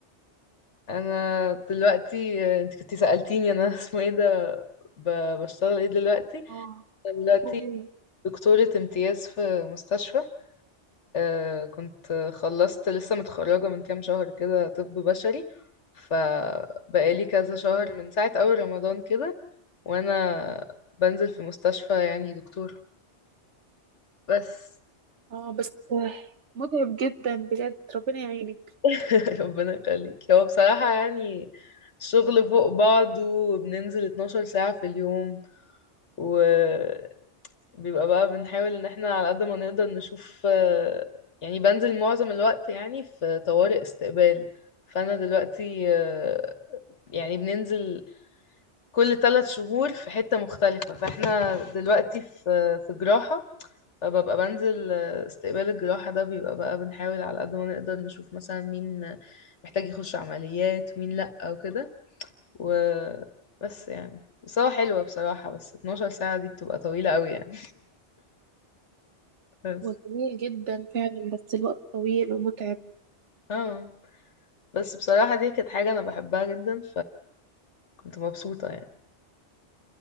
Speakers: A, on the left (about 80°); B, on the right (about 80°).
A: انا دلوقتي آه، انت كنتي سألتيني انا <laughs> اسمه ايه ده ب- بشتغل ايه دلوقتي
B: اه
A: أنا دلوقتي
B: عايزة أغير.
A: دكتورة امتياز في مستشفى آه كنت خلصت لسه متخرجة من كام شهر كده طب بشري فبقالي كذا شهر من ساعة اول رمضان كده وانا بنزل في مستشفى يعني دكتور بس
B: اه بس آه، متعب جدا بجد ربنا يعينك
A: <laughs> ربنا يخليك هو بصراحة يعني الشغل فوق بعضه وبننزل 12 ساعة في اليوم وبيبقى بقى بنحاول ان احنا على قد ما نقدر نشوف آه، يعني بنزل معظم الوقت يعني في طوارئ استقبال فانا دلوقتي آه، يعني بننزل كل ثلاث شهور في حتة مختلفة فاحنا دلوقتي في في جراحة فببقى بنزل آه، استقبال الجراحة ده بيبقى بقى بنحاول على قد ما نقدر نشوف مثلا مين محتاج يخش عمليات مين لأ وكده وبس يعني بس هو حلوة بصراحة بس 12 ساعة دي بتبقى طويلة قوي يعني بس
B: هو جميل جدا فعلا بس الوقت طويل ومتعب
A: اه بس بصراحة دي كانت حاجة أنا بحبها جدا فكنت مبسوطة يعني